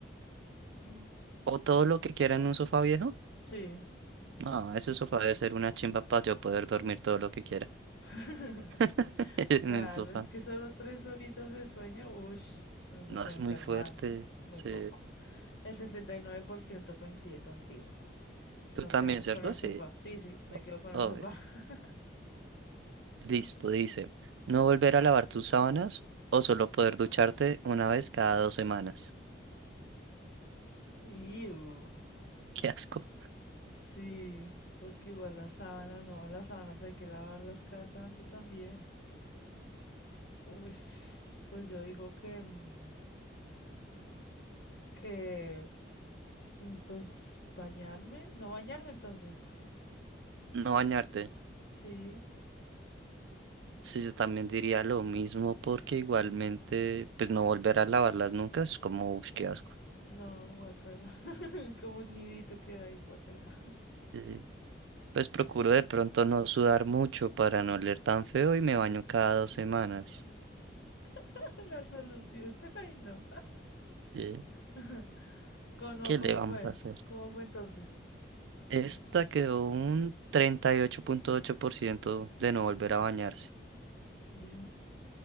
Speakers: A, on the left (about 75°); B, on the right (about 80°).
A: Mm,
B: O todo lo que quiera en un sofá viejo.
A: sí.
B: No, ese sofá debe ser una chimba para yo poder dormir todo lo que quiera
A: <laughs>
B: <laughs> en
A: Claro,
B: el sofá.
A: es que solo tres horitas de sueño, uff, no se
B: No
A: puede
B: es
A: enfermar.
B: muy fuerte.
A: Muy
B: Sí.
A: poco. El 69% coincide contigo. Nos
B: Tú también,
A: quedamos
B: ¿cierto?
A: con el
B: Sí.
A: sofá. Sí, sí, me quedo con
B: Obvio.
A: el sofá. <laughs>
B: Listo, dice. No volver a lavar tus sábanas o solo poder ducharte una vez cada dos semanas.
A: Iu.
B: <laughs> Qué asco.
A: Sí, porque igual las sábanas, no, las sábanas hay que lavarlas cada tanto también. Uy, pues yo digo que, mm, que, mm, pues bañarme, no bañarme entonces.
B: No bañarte.
A: Sí,
B: Sí, yo también diría lo mismo porque igualmente, pues no volver a lavarlas nunca es como, uff, qué asco.
A: no, guacala, <laughs> como un nidito queda ahí, guacala.
B: Sí. Pues procuro de pronto no sudar mucho para no oler tan feo y me baño cada dos semanas.
A: <laughs> La solución, <laughs> ay no.
B: Eh,
A: <laughs> ¿Cómo,
B: ¿Qué
A: cómo
B: le vamos
A: fue?
B: a hacer?
A: ¿Cómo fue entonces?
B: Esta quedó un treinta y ocho ocho punto ocho por ciento de no volver a bañarse.
A: Bien.